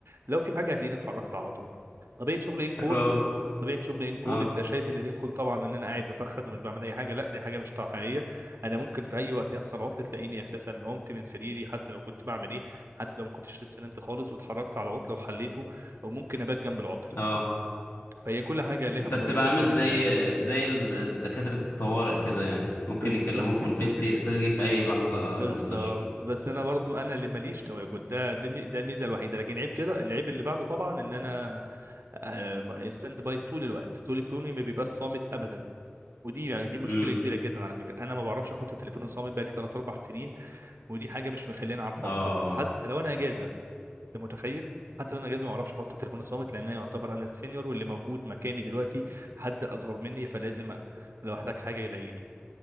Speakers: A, on the right (about 85°); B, on the left (about 85°).
A: لو في حاجه هتلاقيني اتحركت على طول طبيعه شغلي ان كول
B: حلو اوي
A: طبيعه شغلي ان كول
B: اه
A: انت شايف ان الان كول طبعا ان انا قاعد بفخد ومش بعمل اي حاجه لا دي حاجه مش حقيقيه انا ممكن في اي وقت يحصل عطل تلاقيني اساسا قمت من سريري حتى لو كنت بعمل ايه حتى لو ما كنتش لسه نمت خالص واتحركت على عطل وحليته او ممكن ابات جنب العطل
B: اه
A: فهي كل حاجه لها
B: انت
A: مميزات
B: بتبقى عامل
A: وعيوب
B: زي
A: يعني
B: زي ال- دكاترة الطوارئ كده يعني ممكن
A: بالظبط
B: يكلموك
A: <laughs>
B: من البيت ت- تيجي في اي لحظة
A: بالظبط
B: المستشفى
A: بس انا برضو انا اللي ماليش تواجد ده ده مي- ده الميزه الوحيده لكن عيب كده العيب اللي بعده طبعا ان انا آه، ستاند باي طول الوقت تليفوني ما بيبقاش صامت ابدا ودي يعني دي مشكله
B: امم
A: كبيره جدا على فكره انا ما بعرفش احط التليفون صامت بقالي 3 4 سنين ودي حاجه مش مخليني اعرف
B: اه
A: افصل حتى لو انا اجازه انت متخيل حتى لو انا اجازه ما اعرفش احط التليفون صامت لان أنا يعتبر انا السينيور واللي موجود مكاني دلوقتي حد اصغر مني فلازم أ- لو احتاج حاجه يلاقيني